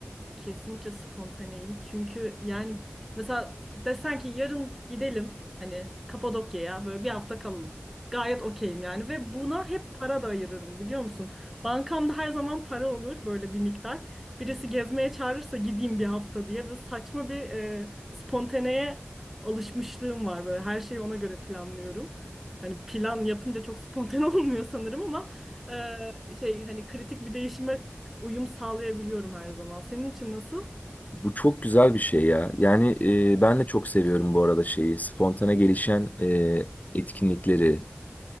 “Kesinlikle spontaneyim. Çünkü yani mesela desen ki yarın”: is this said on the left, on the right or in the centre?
Centre